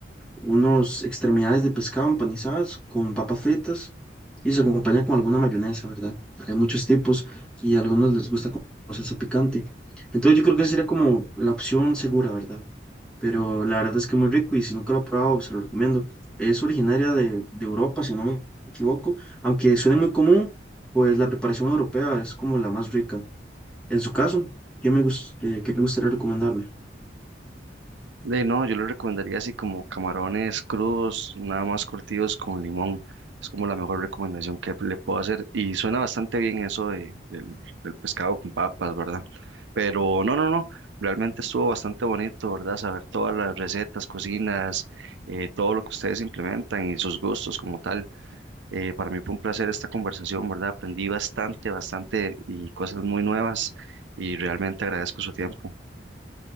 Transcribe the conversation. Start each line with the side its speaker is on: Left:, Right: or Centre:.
Centre: unos extremidades de pescado empanizadas con papas fritas y se acompaña con alguna mayonesa, ¿verdad? Hay muchos tipos y a algunos les gusta con salsa picante. Entonces yo creo que esa sería como la opción segura, ¿verdad? Pero la verdad es que es muy rico y si nunca lo he probado, se lo recomiendo. Es originaria de, de Europa, si no me equivoco, aunque suene muy común, pues la preparación europea es como la más rica. En su caso, ¿qué me gus- eh, qué le gustaría recomendarme?
Right: De no, yo le recomendaría así como camarones crudos, nada más curtidos con limón. Es como la mejor recomendación que le puedo hacer. Y suena bastante bien eso de, del, del pescado con papas, ¿verdad? Pero no, no, no. Realmente estuvo bastante bonito, ¿verdad? Saber todas las recetas, cocinas, eh, todo lo que ustedes implementan y sus gustos como tal. Eh, para mí fue un placer esta conversación, ¿verdad? Aprendí bastante, bastante y cosas muy nuevas y realmente agradezco su tiempo.